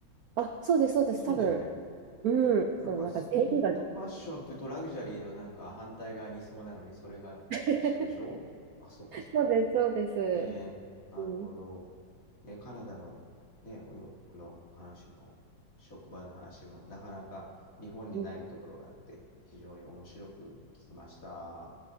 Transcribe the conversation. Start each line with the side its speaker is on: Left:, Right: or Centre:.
Right: あ、そうです、そうです、
Left: そうだよね。
Right: 多分、うん、
Left: なんか、
Right: そのなんか全員が、
Left: ストリートファッションっていうと、ラグジュアリーのなんか反対側にいそうなのに、それが一緒でしょあ、
Right: <laughs>
Left: そっか、そっか。
Right: そうです、そうです。
Left: ね、なるほど。
Right: うん、
Left: ね、カナダのね、お洋服のお話も、職場の話も、なかなか日本にないところがあって、
Right: う
Left: 非常に面白く聞きました。